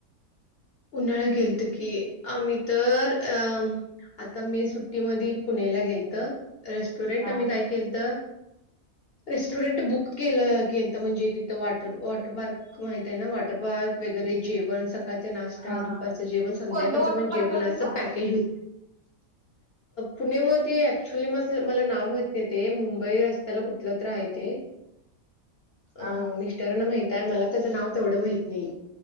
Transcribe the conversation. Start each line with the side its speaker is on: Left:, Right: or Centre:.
Left: उन्हाळा गेलत की आम्ही तर अ आता मी सुट्टीमध्येध पुण्याला गेलत रेस्टॉरंट
Right: हा
Left: आम्ही काय केलत रेस्टॉरंट बुक केलं केलत. म्हणजे तिथं वॉटर वॉटर पार्क माहित आहे ना वॉटर पार्क वगैरे जेवण सकाळच्या नाश
Right: हा
Left: दुपारचं
Right: हा
Left: जेवण संध्याकाळचं
Right: कोणत्या वॉटर
Left: पण
Right: पार्कला
Left: जेवण असं
Right: गेलता
Left: पॅकेज होत.
Right: <unintelligible>
Left: पुणेमध्ये ऍक्च्युली मला नाव माहित नाही ते मुंबई रस्त्याला कुठलं तर आहे ते
Right: हा
Left: अं
Right: हा
Left: मिस्टरन माहित आहे मला त्याचं नाव तेवढं माहित नाही